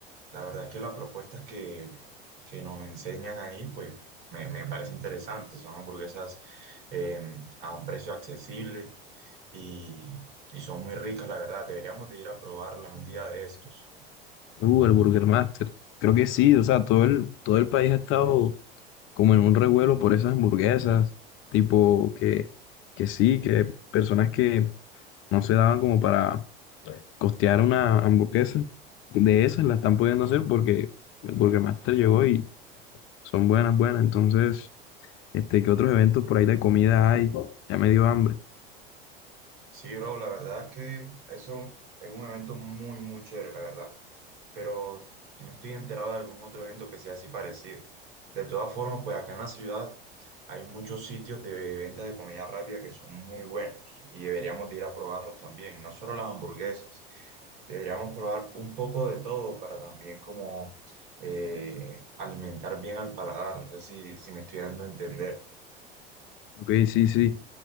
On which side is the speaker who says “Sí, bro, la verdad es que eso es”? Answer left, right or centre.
Right